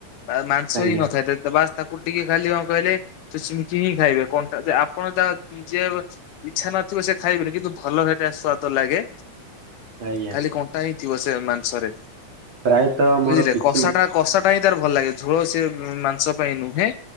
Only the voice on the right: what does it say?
ଆଜ୍ଞା
ଆଜ୍ଞା।
ପ୍ରାୟତଃ ମୋର
କିଛି